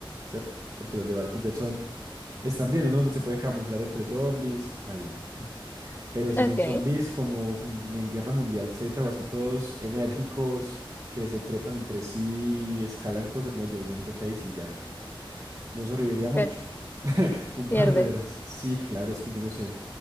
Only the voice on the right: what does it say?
¿cierto? Porque los de Walking Dead son... Están bien, uno se puede camuflar entre zombies, está bien. Pero si
son zombies como mm, en Guerra Mundial Z o así todos enérgicos, que se trepan entre sí y escalan cosas, no, yo, yo siento que ahí sí ya no sobreviviría mucho.
<laughs> Un
par de horas. Sí, claro, es que yo no sé,